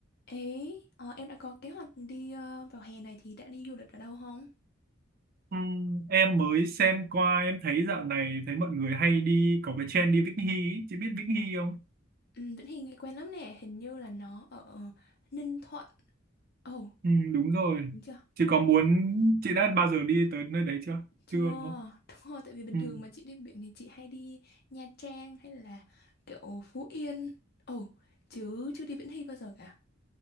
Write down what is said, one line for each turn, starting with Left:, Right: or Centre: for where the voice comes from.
Left: Ấy, ờ, em đã có kế hoạch đi ờ, vào hè này thì đã đi du lịch ở đâu không?
Right: Ừm, em mới xem qua em thấy dạo này thấy mọi người hay đi có cái trend đi Vĩnh Hy ý. chị biết Vĩnh Hy không
Left: Ừ, Vĩnh Hy nghe quen lắm nè, hình như là nó ở Ninh Thuận. Ồ,
Right: Ừm, đúng rồi
Left: đúng chưa?
Right: chị có muốn chị đã bao giờ đi tới nơi đấy chưa
Left: Chưa,
Right: chưa đúng không
Left: <laughs> đúng rồi, tại vì bình
Right: Ừm,
Left: thường mà chị đi biển thì chị hay đi Nha Trang hay là kiểu Phú Yên. Ồ, chứ chưa đi Vĩnh Hy bao giờ cả.